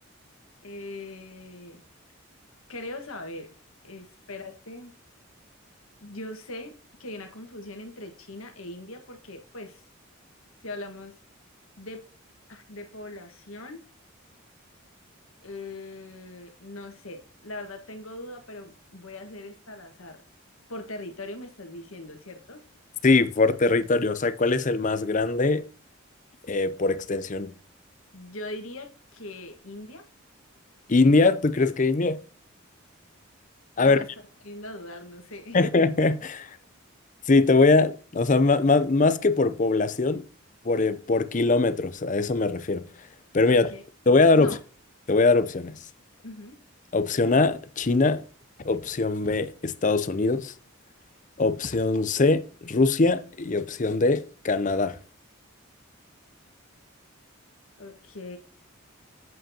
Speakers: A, on the left; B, on the left.
A: Eh, creo saber, espérate. Yo sé que hay una confusión entre China e India porque, pues, si hablamos de, ah, de población, eh, no sé, la verdad tengo duda, pero voy a hacer esta al azar. Por territorio me estás diciendo, ¿cierto?
B: Sí, por territorio. O sea, ¿cuál es el más grande eh, por extensión?
A: Yo diría que India,
B: ¿India? ¿Tú crees que India? A
A: ya
B: ver.
A: me estás poniendo a dudar, no sé. <laughs>
B: <laughs> Sí, te voy a, o sea, ma- ma- más, que por población, por, eh, por kilómetros, a eso me refiero. Pero mira,
A: Ok,
B: te voy a dar
A: no.
B: opciones. Te voy a dar opciones.
A: Ujú.
B: Opción A, China. Opción B, Estados Unidos. Opción C, Rusia. Y opción D, Canadá.
A: Ok,